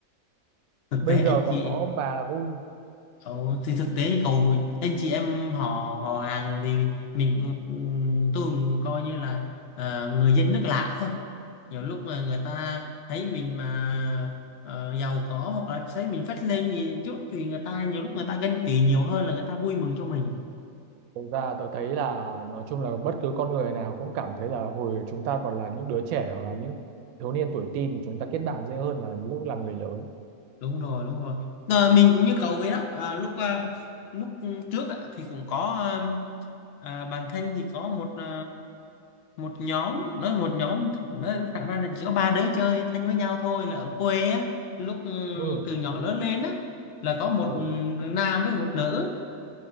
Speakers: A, on the left; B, on the right.
A: thực
B: Bây
A: tế
B: giờ
A: anh
B: còn
A: chị
B: có ông bà là vui.
A: ờ, thì thực tế như cậu anh chị em họ họ hàng thì mình cũng- ừ, tôi cũng coi như là à, người dân nước lạ thôi nhiều lúc mà người ta thấy mình mà ờ, giàu có hoặc là thấy mình phất lên gì chút thì người ta nhiều lúc người ta ganh tị nhiều hơn là người ta vui mừng cho mình
B: Thực ra tớ thấy là nói chung là bất cứ con người nào cũng cảm thấy là hồi chúng ta còn là những đứa trẻ hoặc là những thiếu niên tuổi teen thì chúng ta kết bạn dễ hơn là lúc làm người lớn.
A: đúng rồi đúng rồi Ờ, mình cũng như cậu vậy đó à, lúc à, lúc trước á, thì cũng có à, à, bản thân thì có một à, một nhóm nói một nhóm nói thẳng ra là chỉ có ba đứa chơi thân với nhau thôi là ở quê á lúc ừ,
B: Ừ,
A: từ nhỏ lớn lên á là có một
B: ừ,
A: nam với một nữ